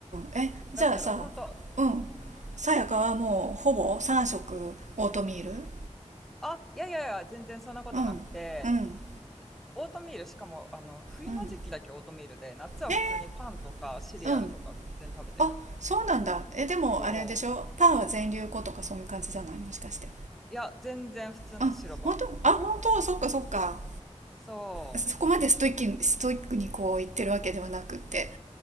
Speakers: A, on the right; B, in the centre.
A: えじゃあさ
B: だけど本当、
A: うんさやかはもうほぼ3食オートミール
B: うん。あ、いやいやいや、全然そんなことなくて、
A: うんうん
B: オートミール、しかも、あの、冬の時期だけオートミールで、
A: うん
B: 夏は普通にパンとかシリアルとか全然食べてる。
A: えー、うんあそうなんだえでもあれでしょパンは全粒粉とかそういう感じじゃないもしかして
B: そう。いや、全然普通の白パン。
A: あ本当あ本当そっかそっか
B: そ
A: そこまでストイックにストイックにこう言ってるわけではなくって